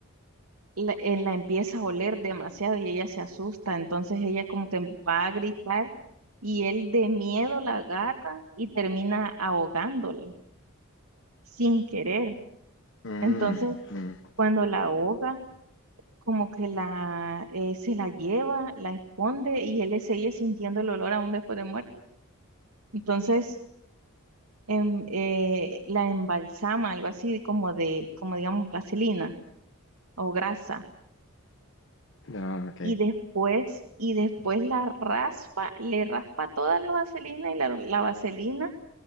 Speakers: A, on the right (about 85°); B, on the left (about 60°).
A: la, eh, la empieza a oler demasiado y ella se asusta, entonces ella como que va a gritar y él de miedo la agarra y termina ahogándola sin querer.
B: Mm,
A: Entonces,
B: mm.
A: cuando la ahoga, como que la eh, se la lleva, la esconde y él sigue sintiendo el olor aún después de muerta. Entonces, em, eh, la embalsama, algo así como de, como digamos, vaselina o grasa
B: No, ok.
A: y después, y después la raspa, le raspa toda la vaselina y la, la vaselina